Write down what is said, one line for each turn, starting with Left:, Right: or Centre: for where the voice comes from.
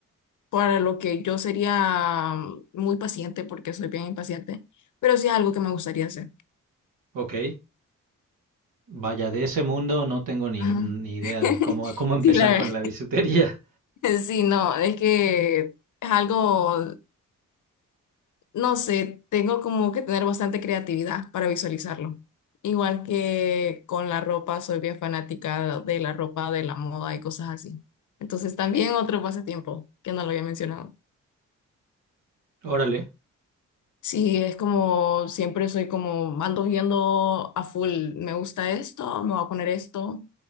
Left: para lo que yo sería muy paciente porque soy bien impaciente, pero sí es algo que me gustaría hacer.
Right: Ok. Vaya, de ese mundo no tengo ni,
Left: Ajá.
Right: ni idea
Left: <laughs>
Right: de cómo, cómo empezar
Left: Sí, la verdad.
Right: con la bisutería.
Left: <laughs> Sí, no, es que es algo, no sé, tengo como que tener bastante creatividad para visualizarlo. Igual que con la ropa, soy bien fanática de la ropa, de la moda y cosas así. Entonces también otro pasatiempo que no lo había mencionado.
Right: <laughs> Órale.
Left: Sí, es como siempre soy como ando viendo a full, me gusta esto, me voy a poner esto